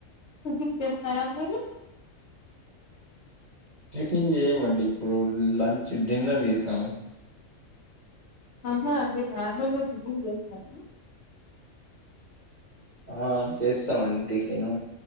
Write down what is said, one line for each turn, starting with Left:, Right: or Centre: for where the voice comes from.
Left: టిఫిన్ చేస్తారా మీరు
Right: టిఫిన్ చేయమండి ఇప్పుడు లంచ్ డిన్నర్ చేసాము
Left: ఆహా అవి కాదు నార్మల్ గా టిఫిన్ చేస్తారా
Right: ఆ చేస్తామండి టిఫిను